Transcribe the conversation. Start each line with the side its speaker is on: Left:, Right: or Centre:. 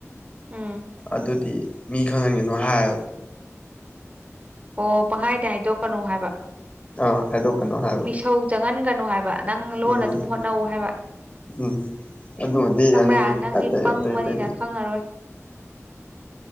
Right: ꯎꯝ
Left: ꯑꯗꯨꯗꯤ ꯃꯤ ꯈꯪꯍꯟꯒꯅꯨ ꯍꯥꯏ
Right: ꯑꯣ ꯄꯪꯍꯥꯏꯗ ꯍꯥꯏꯗꯣꯛꯀꯅꯨ ꯍꯥꯏꯕ꯫
Left: ꯑꯥ ꯍꯥꯏꯗꯣꯛꯀꯅꯣ ꯍꯥꯏꯕ꯫
Right: ꯃꯤꯁꯧ ꯆꯪꯍꯟꯒꯅꯨ ꯍꯥꯏꯕ ꯅꯪ ꯂꯣꯟꯅ
Left: ꯎꯝ
Right: ꯑꯗꯨꯝ ꯍꯣꯠꯅꯧ ꯍꯥꯏꯕ꯫
Left: ꯎꯝ ꯎꯝ ꯑꯗꯨꯃꯗꯤ
Right: ꯈꯪꯕ꯭ꯔꯥ
Left: ꯌꯥꯅꯤꯡꯉꯤ
Right: ꯅꯪꯗꯤ
Left: ꯑꯇꯩ
Right: ꯄꯪꯕꯅꯤꯅ
Left: ꯑꯇꯩ ꯑꯇꯩꯗꯤ
Right: ꯈꯪꯉꯔꯣꯏ꯫